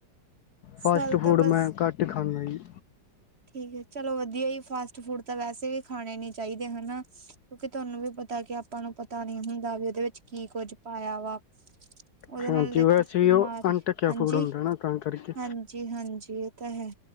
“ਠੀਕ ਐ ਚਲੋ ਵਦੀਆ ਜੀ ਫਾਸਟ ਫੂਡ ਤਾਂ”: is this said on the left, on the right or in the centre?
Right